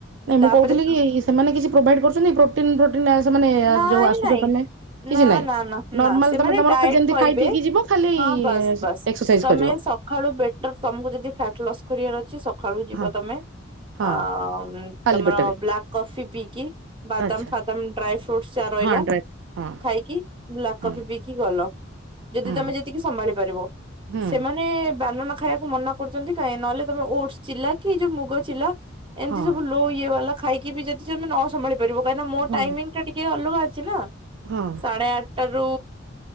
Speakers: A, on the right; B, on the right.
A: ନାଇଁ
B: ତାପରେ
A: ମୁଁ କହୁଥିଲି କି ସେମାନେ କିଛି ପ୍ରୋଭାଇଡ କରୁଛନ୍ତି ପ୍ରୋଟିନ ପ୍ରୋଟିନ ସେମାନେ
B: ନାଇଁ
A: ଯୋଉ ଆସୁଛ
B: ନାଇଁ
A: ତମେ? କିଛି
B: ନା
A: ନାହିଁ
B: ନା ନା
A: ନର୍ମାଲ
B: ନା ସେମାନେ
A: ତମେ ତମର
B: ଡାଏଟ
A: ଯେମିତି
B: କହିବେ
A: ଖାଇ ପିଇକି ଯିବ ଖାଲି
B: ହଁ ବାସ୍ ବାସ୍
A: ଏକ୍ସରସାଇଜ
B: ତମେ
A: କରିବ
B: ସକାଳୁ ବେଟର ତମକୁ ଯଦି ଫ୍ୟାଟ୍ ଲସ୍ କରିବାର ଅଛି ସକାଳୁ ଯିବ
A: ହଁ
B: ତମେ
A: ହଁ
B: ଆ
A: ଖାଲି
B: ତମର
A: ପେଟରେ
B: ବ୍ଲାକ୍ କଫି ପିଇକି ବାଦାମ
A: ଆଚ୍ଛା
B: ଫାଦାମ ଡ୍ରାଇ ଫ୍ର ଚା ରହିଲା
A: ହଁ ଡ୍ରାଇ ହଁ
B: ଖାଇକି ବ୍ଲାକ୍
A: ହଁ
B: କଫି ପିଇକି ଗଲ। ଯଦି
A: ହଁ
B: ତମେ ଯେତିକି ସମ୍ଭାଳି ପାରିବ।
A: ହଁ
B: ସେମାନେ ସେମାନେ ବାନନା ଖାଇବାକୁ ମନା କରୁଛନ୍ତି କାଇହିଁ ନହେଲେ ତମେ ଓଟସ ଚିଲା କି ଯୋଉ ମୁଗ ଚିଲା ଏମିତି
A: ହଁ
B: ସବୁ ଲୋ ଇଏ ବାଲା ଖାଇକି ବି ଯଦି ନ ସମ୍ଭଳି ପାରିବ କାହିଁକି ମୋ
A: ହଁ
B: ଟାଇମିଂ ସେଇଟାଟିକେ ଅଲଗା ଅଛି ନା
A: ହଁ।
B: ସାଢ଼େ ଆଠଟାରୁ